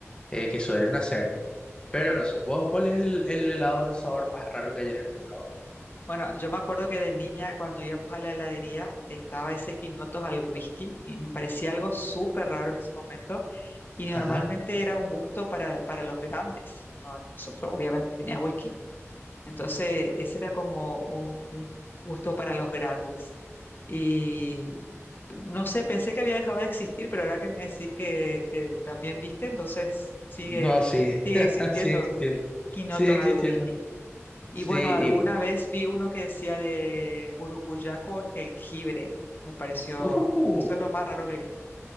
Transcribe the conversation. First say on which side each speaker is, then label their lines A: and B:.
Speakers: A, on the left; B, on the left.
A: eh, que suelen hacer. Pero no sé, vos, ¿cuál es el, el helado del sabor más raro que hayas encontrado?
B: Bueno, yo me acuerdo que de niña, cuando íbamos a la heladería, estaba ese quinotos al whisky y me parecía algo súper raro en ese momento. Y
A: Ajá.
B: normalmente era un gusto para, para los grandes. ¿no? Nosotros, obviamente, tenía whisky. Entonces, ese era como un, un gusto para los grandes. Y no sé, pensé que había dejado de existir, pero ahora que me decís que, que también viste, entonces sigue,
A: No, sí,
B: sigue
A: <laughs>
B: existiendo
A: sigue existiendo,
B: quinotos
A: sigue existiendo.
B: al whisky. Y
A: Sí,
B: bueno, alguna
A: y, u-
B: vez vi uno que decía de burucuyá con jengibre. Me pareció,
A: uh,
B: eso es lo más raro que vi.